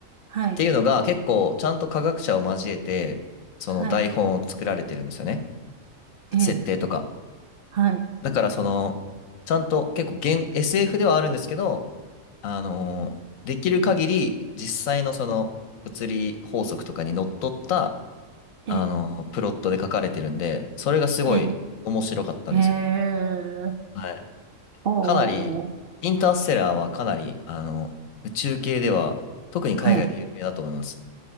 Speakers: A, on the right (about 55°); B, on the left (about 80°).
A: はい。
B: っていうのが結構ちゃんと科学者を交えて、その台本を作られてるんですよね。
A: はい。ええ、
B: 設定とか。
A: はい。
B: だからその、ちゃんと結構現 SF ではあるんですけど、あのーできる限り実際のその物理法則とかにのっとった、
A: ええ、
B: あのープロットで書かれてるんで、それがすごい面白かったんですよ。
A: ええ、へえ。
B: はい。
A: おーお
B: かなり、
A: ー。おー
B: インターステラーはかなり、あの、宇宙系では、特に海外で有名だと思います。
A: はい。